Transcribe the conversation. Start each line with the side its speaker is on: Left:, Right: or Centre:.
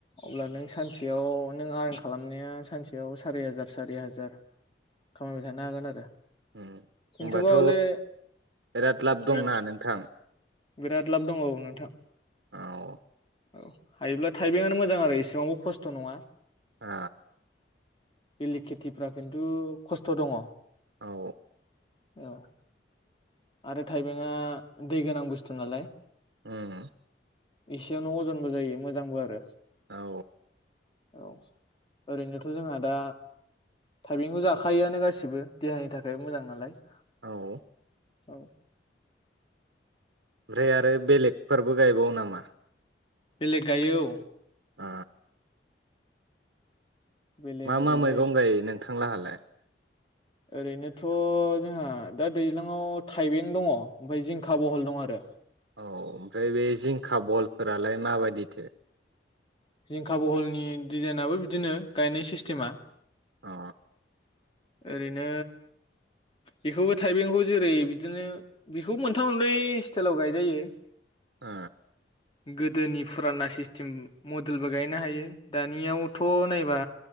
Left: अब्ला नों सानसेयाव नों आर्न खालामनाया सानसेयाव सारि हाजार सारि हाजार खामायबाय थानो हागोन आरो
Right: उम
Left: खिन्थुबा
Right: होनबाथ'
Left: हले
Right: बिराद लाब दंना
Left: औ
Right: नोंथां
Left: बिराद लाब दंबावो नोंथां
Right: औ
Left: औ हायोब्ला थाइबेंआनो मोजां आरो इसेबांबो खस्थ' नङा
Right: आ
Left: बेलेग खेथिफ्रा खिन्थु खस्थ' दङ
Right: औ
Left: औ आरो थाइबेंआ दै गोनां बुस्थु नालाय
Right: उम
Left: एसेयावनो अजनबो जायो मोजांबो आरो
Right: औ
Left: औ ओरैनोथ' जोंहा दा थाइबेंखौ जाखायोआनो गासिबो देहानि थाखाय मोजां नालाय
Right: औ ओमफ्राय
Left: औ
Right: ओमफ्राय आरो बेलेगफोरबो गायबाव ना मा
Left: बेलेग गायो औ
Right: आ
Left: बेलेग
Right: मा मा
Left: ओरैजाय
Right: मैगं गायो नोंथांला <unintelligible>
Left: ओरैनोथ' जोंहा दा दैज्लाङआव थाइबें दङ ओमफ्राय जिंखा बहल दं आरो
Right: औ ओमफ्राय बे जिंखा बल फोरालाय माबायदिथो
Left: जिंखा बहलनि डिजाइनाबो बिदिनो गायनाय सिस्टेमा
Right: अ
Left: ओरैनो बेखौबो थाइबेंखौ जेरै बिदिनो बेखौ मोनथाम मोनब्रै स्टाइलाव गायजायो
Right: ओ
Left: गोदोनि फुराना सिस्टेम मडेलबो गायनो हायो दानियावथ' नायबा